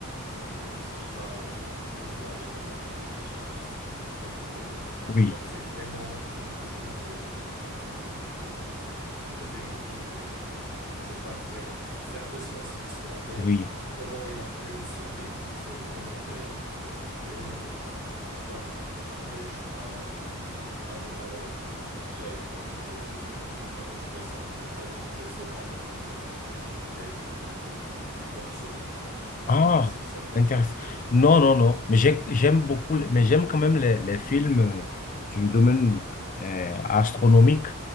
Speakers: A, on the right (about 45°); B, on the left (about 35°).
A: on va dire, tout ce qui va euh, aux toilettes, on va dire, ils l'utilisent comme engrais.
B: oui,
A: Donc, c'est vraiment quelque chose de, bah, de, de, de véridique et c'est pas vraiment, c'est un peu science-fiction, mais
B: oui.
A: comment il a pu survivre, c'est vraiment réel. Et euh, bah, voilà. Après, je sais pas, euh, à un moment, euh, il y a eu notre, euh, un autre vaisseau, un autre vaisseau, pardon, qui vient et il, il porte secours, quoi. Je ne
B: Ah,
A: sais pas si ça te
B: intéressant.
A: dit quelque chose, effectivement.
B: Non, non, non. Mais j'ai- j'aime beaucoup, mais j'aime quand même les, les films euh, du domaine euh, astronomique